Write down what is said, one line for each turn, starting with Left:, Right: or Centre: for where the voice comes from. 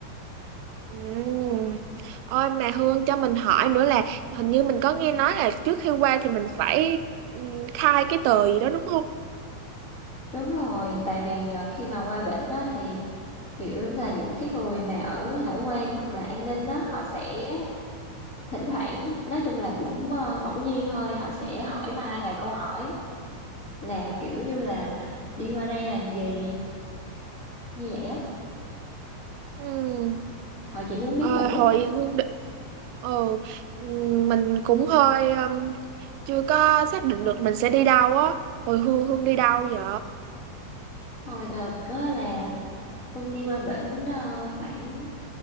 Right: Ừm. Ôi mà Hương cho mình hỏi nữa là hình như mình có nghe nói là trước khi qua thì mình phải ừm, khai cái tờ gì đó đúng không?
Left: Đúng rồi, tại vì ờ, khi mà qua bển đó thì kiểu là những cái người mà ở hải quan hoặc là an ninh đó họ sẽ thỉnh thoảng nói chung là cũng ờ, ngẫu nhiên thôi họ sẽ hỏi Mai vài câu hỏi là kiểu như là đi qua đây làm gì như vậy á
Right: Ừ.
Left: họ chỉ muốn biết
Right: Ờ,
Left: mục
Right: hồi
Left: đích
Right: Hương định ừ, mình cũng hơi um, chưa có xác định được mình sẽ đi đâu á hồi Hương Hương đi đâu vậy
Left: hồi đợt có là Hưng đi qua bển ờ, khoảng